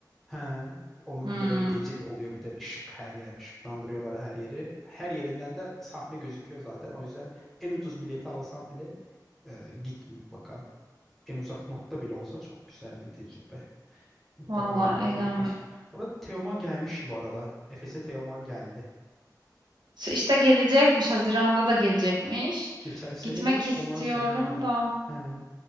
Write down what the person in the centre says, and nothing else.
he, onun
böyle gece oluyor bir de ışık her yer ışıklandırıyorlar her yeri. Her yerinden de sahne gözüküyor zaten. O yüzden en ucuz bileti alsan bile e, git mutlaka. En uzak nokta bile olsa çok güzel bir tecrübe. Mutlaka
öyle
orada bir konser. Orada Teoman gelmişti bu arada. Efes'e Teoman geldi.
Geçen sene
değil,
ondan sonra da geldi.
He.